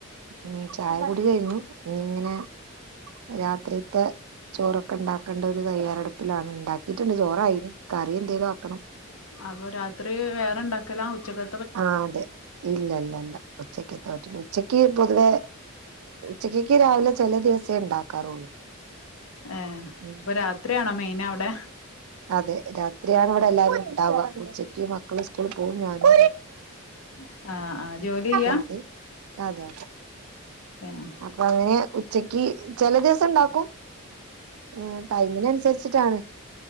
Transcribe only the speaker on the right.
ഉ ചായ കുടി കഴിഞ്ഞു ഇനി ഇങ്ങനെ രാത്രിത്തെ ചോറൊക്കെ ഉണ്ടാക്കേണ്ട ഒരു തയ്യാറെടുപ്പിലാണ് ഉണ്ടാക്കി കട്ടുണ്ട് ചോറായി കറി എന്തേലും ആക്കണം
ആ അതെ ഇല്ലല്ല ഇല്ല ഉച്ചക്ക് എത്താൻ പറ്റുള്ളൂ ഉച്ചക്ക് പൊതുവേ ചിക്കക്ക് രാവിലെ ചില ദിവസേ ഉണ്ടാക്കാറുള്ളൂ
ഉം
അതെ രാത്രിയാണ് ഇവിടെ എല്ലാരും ഉണ്ടാവുക ഉച്ചക്ക് മക്കള് സ്കൂളിൽ പോകും ഞാനും
അതെ അതെ
അപ്പൊ അങ്ങനെ ഉച്ചക്ക് ചില ദിവസം ഉണ്ടാക്കും ആഹ് ടൈമിനനുസരിച്ചിട്ടാണ്